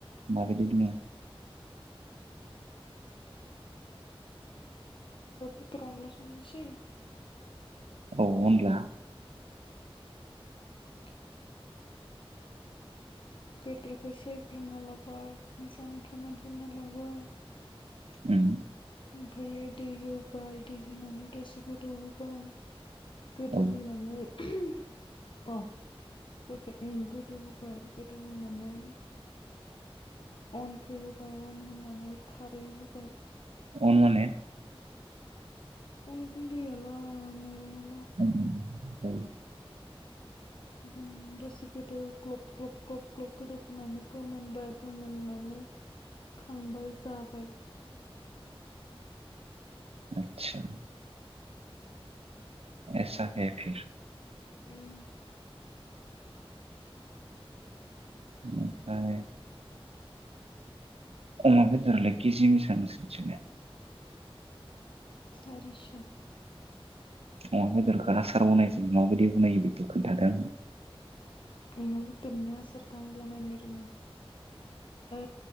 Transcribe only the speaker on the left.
दाव बेदर अनला संनोसि
उम <unintelligible> बेदरखो इसे एवफ्रानना लाबाय मोजां फोमोनहोना लाबाय
ओमफायो दै होबाय दै होनानै दसे गोदौ होबाय गोदौ
होनानै <unintelligible> अ जायाखै ओम गोदौ होबाय गोदौ होनानै अनखो होबाय अन होनानै खारै होबाय
अन गुनदैयालाय माइरं आ
<unintelligible> गोदौ ग्लब ग्लब ग्लब ग्लब गोदौ होनानै फोमोनबाय फोमोननानै खांबाय जाबाय
उम
सारिस
अमा बेदरनि आसारखौ आं बनायनो रोङा ओ